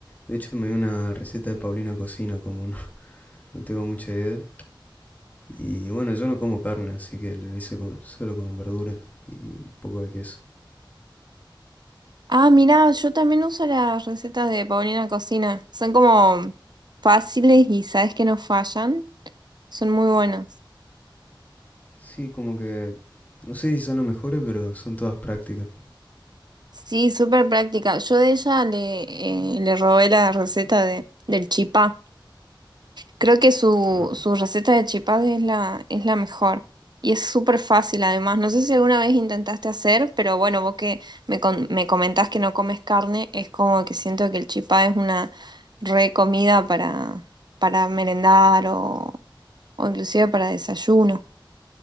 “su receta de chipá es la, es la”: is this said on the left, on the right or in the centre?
Right